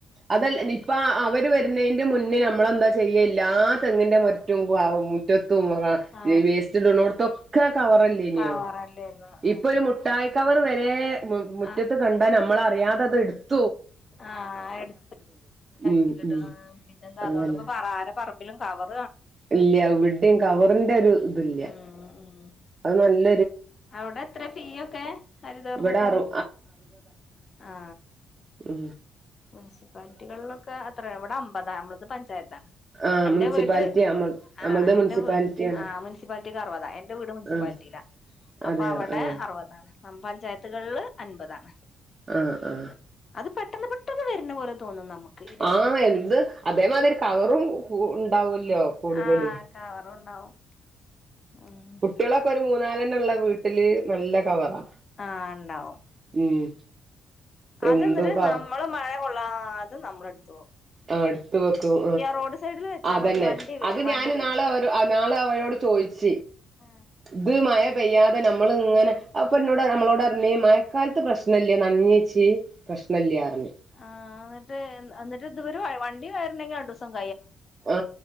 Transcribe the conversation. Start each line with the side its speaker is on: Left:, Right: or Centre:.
Right: അതല്ല
Left: കടക്കും
Right: ഇപ്പ അവര് വരുന്നതിന്റെ മുന്നേ നമ്മൾെന്താ ചെയ്യ എല്ലാ തെങ്ങിന്റെ മറ്റുംമുറ്റത്തും
Left: ആഹ്
Right: വേസ്റ്റ്ടുത്തൊക്കെ കവറല്ലേ ഇനോ
Left: കവറല്ലേര്ന്ന്
Right: ഇപ്പൊ
Left: ആഹ്
Right: ഒരു മുട്ടയി വർ വരെ മുറ്റത്ത്
Left: ആഹ്
Right: കണ്ടാ നമ്മളറിയാതെത് എടു
Left: ആ എടു
Right: ഉം
Left: പിന്നെ
Right: ഉം
Left: എന്താ
Right: അതന്നെ
Left: അതുകൊണ്ട്പ്പ പറ ആര പറമ്പിലും കവർ
Right: ഇല്ല ഇവിടെയും കവറിന്റെ ഒരു ഇത്ല്ല
Left: ഉം ഉം
Right: അത് നല്ല
Left: അവിടെ എത്ര ഫീ ഒക്കെ ഹരിതോർമ്മസേനക്ക്
Right: ഇവിടെ അറു
Left: ആ
Right: ആ
Left: മുനിസിപ്പാലിറ്റികളിലൊക്കെ അത്ര ഇവിടെ അമ്പത നമ്മത് പഞ്ചായത്താണ്
Right: ആഹ്
Left: എന്റെ
Right: മുനിസിപ്പാലിറ്റി
Left: വീട്ട
Right: നമ്മ
Left: ആ
Right: നമ്മൾത്
Left: എന്റെ
Right: മുനിസിപ്പാലിറ്റിയാണ്
Left: ആ മുൻസിപ്പാലിറ്റിർവതാ എന്റെ വീട് മുനിസിപ്പാലിറ്റിയിലാ
Right: ആഹ്
Left: അപ്പൊ
Right: അതെയോ
Left: അവിടെ
Right: ആഹ്
Left: അറുപതാണ് നമ്മ പഞ്ചായത്തുകളില് അൻപതാണ്
Right: ആ ആ
Left: അത് പെട്ടെന്ന് പെട്ടെന്ന് വരുന്ന പോലെ തോന്നും നമുക്ക് ഇര്
Right: ആ എന്ത് അതേമാതിരി ഒരു കവറും ഉണ്ടാവൂല ലോ കൂടുതൽ
Left: ആഹ് കവറുണ്ടാവും ഉം
Right: കുട്ട്യാളാക്കെരു മൂന്നാലെണ്ണ ഉള്ള വീട്ടില് നല്ല കവറാ
Left: ആ ഉണ്ടാവും
Right: ഉം
Left: അതന്നിട്ട്
Right: എന്തും ക
Left: നമ്മള് മഴ കൊള്ളാതെ നമ്മുടെ അടുത്ത്
Right: ആടുത്ത വെക്കും
Left: റോഡ് സൈഡിൽ വെച്ചാൽ
Right: ആ അതന്നെ
Left: മതി വണ്ടി വരും
Right: അത് ഞാന്
Left: വണ്ടി വരും
Right: നാളെ അവ നാളെ അവരോട് ചോദിച്ച
Left: ആ
Right: ഇതുമഴ പയ്യാതെ നമ്മള് ഇങ്ങനെ അപ്പന്നോട് നമ്മളോട്റഞ്ഞി മഴക്കാലത്ത് പ്രശ്നല്ലേ നഞ്ഞിച്ചി പ്രഷ്നല്ലാർ ഞി
Left: ആഹ് എന്നിട്ട് എന്നിട്ട് ഇതുവരെ വണ്ടി വയര രണ്ടീസാകും
Right: ആ